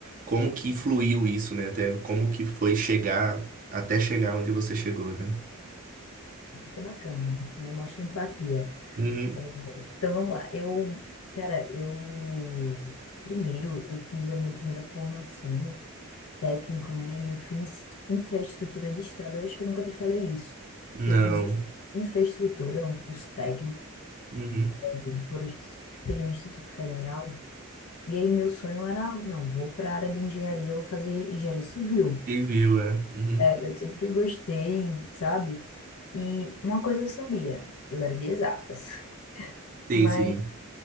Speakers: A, on the right; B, on the left.
A: como que fluiu isso, né? Até como que foi chegar, até chegar onde você chegou, né?
B: ser bacana, né? Mostra empatia.
A: Uhum.
B: É, Então vamos lá. Eu, cara, eu primeiro eu fiz a minha primeira formação técnica, né? E eu fiz infraestrutura de estrada. Eu acho que eu nunca te falei isso.
A: Não.
B: Eu fiz infraestrutura, um curso técnico
A: Uhum.
B: por, ins- pelo Instituto Federal. E aí meu sonho era, não, vou para a área de engenharia, eu vou fazer engenharia civil.
A: E viu, é. Uhum.
B: É, eu sempre gostei, sabe? E uma coisa eu sabia, eu era de exatas. <laughs> mas
A: Sim, sim.